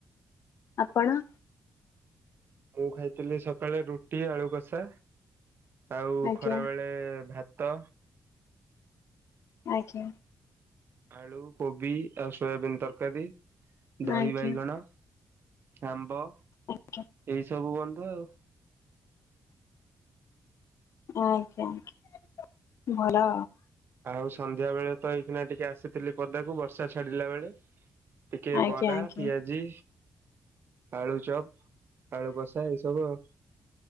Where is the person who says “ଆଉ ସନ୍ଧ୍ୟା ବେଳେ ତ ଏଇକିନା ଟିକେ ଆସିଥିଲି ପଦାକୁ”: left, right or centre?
Right